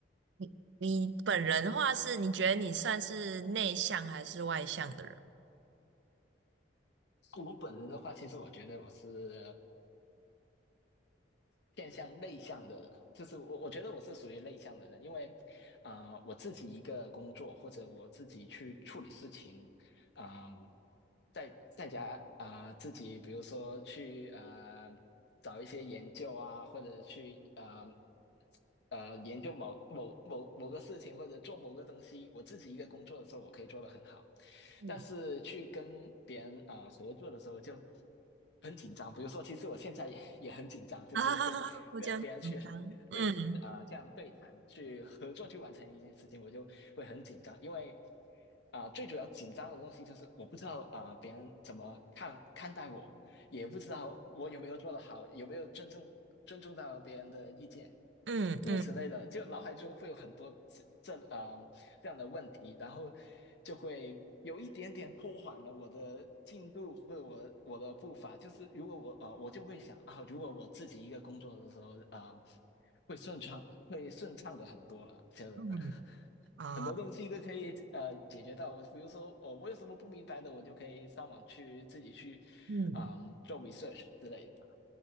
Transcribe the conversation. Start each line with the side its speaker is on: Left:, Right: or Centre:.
Right: 你你本人的话是，你觉得你算是内向还是外向的人？
Left: 我本人的话，其实我觉得我是偏向内向的人，就是我我觉得我是属于内向的人，因为啊、呃我自己一个工作或者我自己去处理事情，嗯，在在家啊、自己比如说去呃找一些研究啊，或者去呃呃研究某某某某个事情，或者做某个东西，我自己一个工作的时候，我可以做得很好，
Right: 嗯
Left: 但是去跟别人啊、呃合作的时候就很紧张。比如说，其实我现在也也很紧张，就是跟别别人去
Right: 啊，不这样紧张。嗯
Left: 对啊、呃这样对谈去合作去完成一件事情，我就会很紧张，因为啊、呃最主要紧张的东西就是我不知道啊、呃别人怎么看看待我，也不知道我有没有做得好，有没有尊重尊重到别人的意见，
Right: 嗯嗯
Left: 诸如此类的，就脑海中会有很多这这啊、呃这样的问题，然后就会有一点点拖缓了我的进度或者我的我的步伐。就是如果我啊，我就会想啊，如果我自己一个工作的时候啊、呃会顺畅，会顺畅的很多了。真的，
Right: 嗯啊，
Left: 很多东西都可以呃解决到。我比如说，哦，我有什么不明白的，我就可以上网去自己去，
Right: 嗯，
Left: 嗯，做 research 之类的。